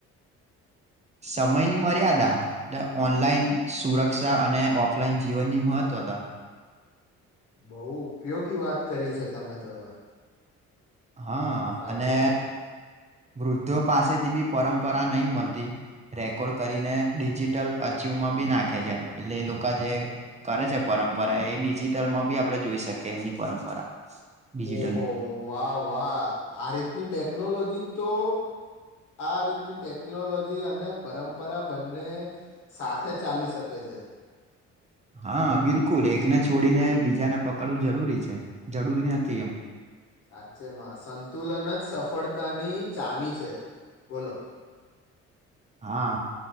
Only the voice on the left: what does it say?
બહુ ઉપયોગી વાત કરી છે તમે તો
સાચેમાં
ઓહો વાહ વાહ આ રીતની ટેકનોલોજી તો આ રીતની ટેકનોલોજી અને પરંપરા બંને સાથે ચાલી શકે છે
સાચેમાં સંતુલન જ સફળતાની ચાવી છે બોલો